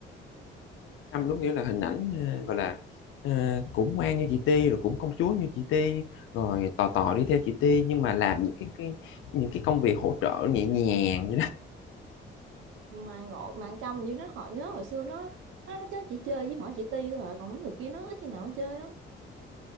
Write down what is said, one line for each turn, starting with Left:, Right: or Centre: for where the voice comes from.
Left: Trâm đúng nghĩa là hình ảnh ờ, gọi là ờ, cũng ngoan như chị Ti rồi cũng công chúa như chị Ti rồi tò tò đi theo chị Ti nhưng mà làm những cái, cái những cái công việc hỗ trợ nhẹ nhàng
Right: mà ngộ mà ăn trong như nó họ nhớ hồi xưa nó nó chắc chỉ chơi với mỗi chị Ti thôi à. còn mấy người kia nó ít khi nào nó chơi lắm